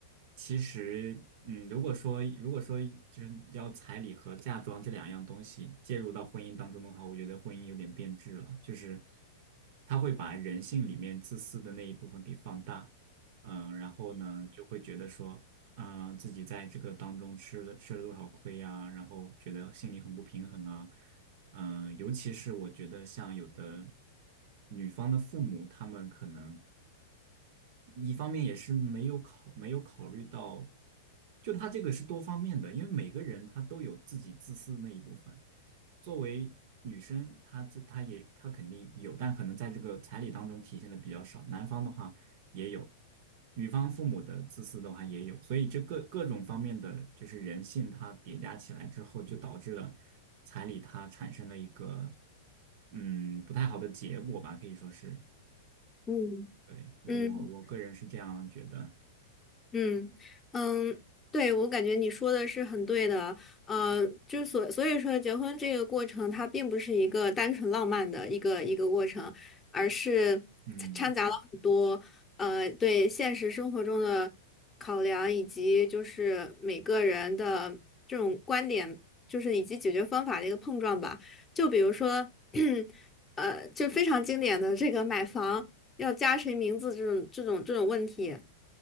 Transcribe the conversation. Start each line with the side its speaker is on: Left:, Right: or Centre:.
Right: 其实嗯，如果说如果说就是要彩礼和嫁妆这两样东西介入到婚姻当中的话，我觉得婚姻有点变质了，就是他会把人性里面自私的那一部分给放大。嗯，然后呢，就会觉得说，啊、自己在这个当中吃了吃了多少亏啊，然后觉得心里很不平衡啊，嗯、尤其是我觉得像有的女方的父母，他们可能。一方面也是没有考没有考虑到，就他这个是多方面的，因为每个人他都有自己自私的那一部分。作为女生，她这她也她肯定有，但可能在这个彩礼当中体现的比较少。男方的话也有，女方父母的自私的话也有，所以这各各种方面的就是人性，它叠加起来之后，就导致了彩礼它产生了一个嗯不太好的结果吧，可以说是。
Left: 嗯
Right: 对，我我我个人是这样觉得。
Left: 嗯。嗯嗯，对，我感觉你说的是很对的，呃，就所所以说，结婚这个过程它并不是一个单纯浪漫的一个一个过程，而是掺掺杂了很多呃对现实生活中的考量，
Right: 嗯
Left: 以及就是每个人的这种观点，就是以及解决方法的一个碰撞吧。就比如说，<clears throat> 呃，就非常经典的这个买房要加谁名字这种这种这种问题。